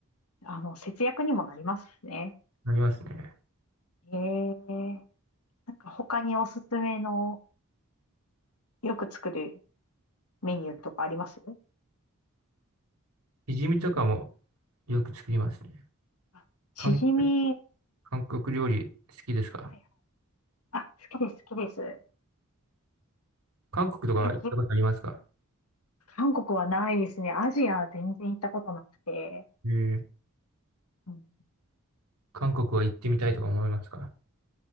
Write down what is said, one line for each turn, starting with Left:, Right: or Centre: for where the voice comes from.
Left: あの、節約にもなりますしね。
Right: なりますね。
Left: ええ。なんか他におすすめのよく作るメニューとかあります
Right: しじみとかもよく作りますね。
Left: あ、しじみ。
Right: 韓、韓国料理好きですか
Left: はいあ、好きです、好きです。え、
Right: 韓国とか行ったことありますか
Left: じ韓国はないですね。アジアは全然行ったことなくて。
Right: えー、
Left: うん、
Right: 韓国は行ってみたいとか思いますか